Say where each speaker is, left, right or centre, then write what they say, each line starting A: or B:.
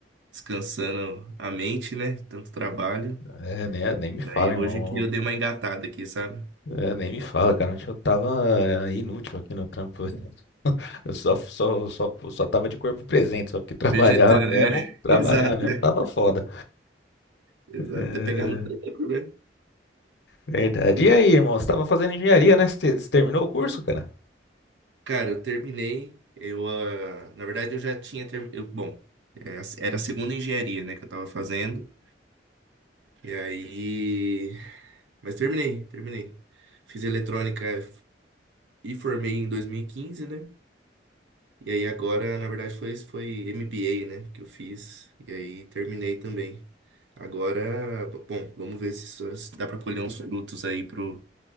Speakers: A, on the right; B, on the left.
A: descansando a mente, né? Tanto trabalho.
B: É, né? Nem me
A: Daí
B: fala, irmão.
A: hoje que eu dei uma engatada aqui, sabe?
B: É, nem me fala, cara. Ontem eu tava é, inútil aqui no trampo. <laughs> Eu só, só, só, só tava de corpo presente, só porque trabalhar
A: Vegetando,
B: mesmo,
A: é, <laughs>
B: trabalhar
A: exato,
B: mesmo
A: é,
B: tava foda.
A: exato,
B: É,
A: é pegar no tranco, né?
B: verdade. E aí, irmão? Você tava fazendo engenharia, né? Você, te- você terminou o curso, cara?
A: Cara, eu terminei. Eu, ah, na verdade, eu já tinha terminado. Bom, é, era a segunda engenharia, né, que eu tava fazendo. E aí. Mas terminei, terminei. Fiz eletrônica e formei em dois mil e quinze né? E aí agora, na verdade, foi, foi MBA, né, que eu fiz. E aí terminei também. Agora, b- bom, vamos ver se, isso- se dá pra colher uns frutos aí pro,